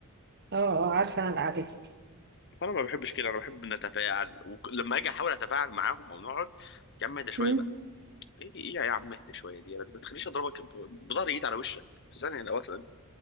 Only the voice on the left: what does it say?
فانا ما بحبش كده انا بحب نتفاعل ولما اجي احاول اتفاعل معاهم او نقعد يا عم اهدى شويه
بقى ايه ايه يا عم اهدى شويه دي انا ما تخليش اضربك ب- بضهر ايد على وشك في ثانيه لو اصلا